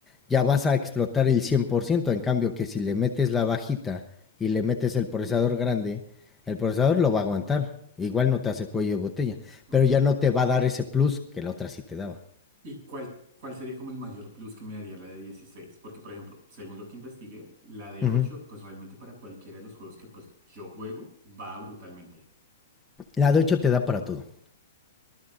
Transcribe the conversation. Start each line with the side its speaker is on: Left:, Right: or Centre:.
Centre: ya vas a explotar el cien por ciento En cambio, que si le metes la bajita y le metes el procesador grande, el procesador lo va a aguantar. Igual no te hace cuello de botella,
Right: ok.
Centre: pero ya no te va a dar ese plus que la otra sí te daba.
Right: ¿Y cuál, cuál sería como el mayor plus que me daría la de dieciséis Porque, por ejemplo, según lo que investigué, la de
Centre: Ujú.
Right: 8 pues realmente para cualquiera de los juegos que pues yo juego, va brutalmente.
Centre: La de 8 te da para todo,